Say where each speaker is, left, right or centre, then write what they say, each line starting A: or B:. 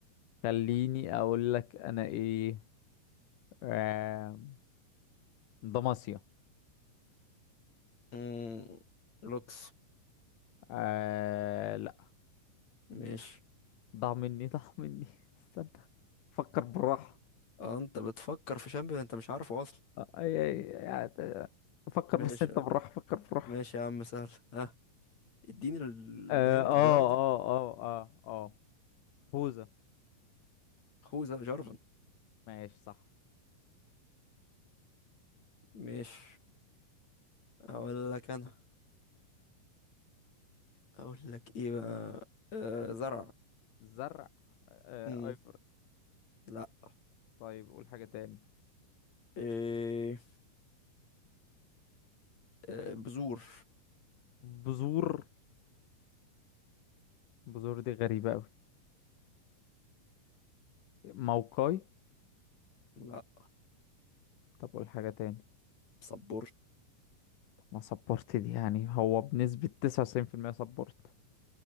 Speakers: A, on the left (about 70°); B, on the left (about 50°).
A: خليني اقول لك انا ايه آه... دماسيا
B: مم. لوكس
A: آه...
B: ماشي
A: ضاع مني ضاع مني <laughs> استنى فكر بالراحة
B: اه انت بتفكر في شامبيون انت مش عارفه اصلا
A: آه، أي أي يعني فكر
B: ماشي
A: بس أنت بالراحة فكر بالراحة
B: ماشي يا عم سهل ها اديني ال-
A: آه
B: الهنت
A: آه
B: اللي بعده
A: آه آه آه آه هوزة
B: خوذة جارفن
A: ماشي صح
B: مش اقول لك انا اقول لك ايه بقى آه زرع
A: زرع آه
B: مم.
A: أيبر
B: لا
A: طيب قول حاجة تاني
B: إيه آه بذور
A: بذور بذور دي غريبة أوي موقعي
B: لا
A: طب قول حاجة تاني
B: صبور
A: طب ما سبورت دي يعني هو بنسبة تسعة وتسعين في المية سبورت